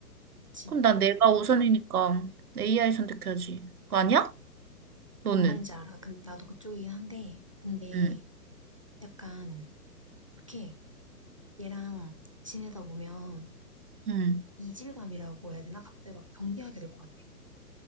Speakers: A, on the right (about 25°); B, on the right (about 65°).
A: 그치.
B: 그럼 난 내가 우선이니까 AI 선택해야지. 그거 아니야? 너는?
A: 뭔 말인지 알아. 근 나도 그쪽이긴 한데, 근데
B: 음,
A: 약간 이렇게 얘랑 지내다 보면
B: 음.
A: 이질감이라고 해야 되나? 갑자기 막 경계하게 될 것 같아.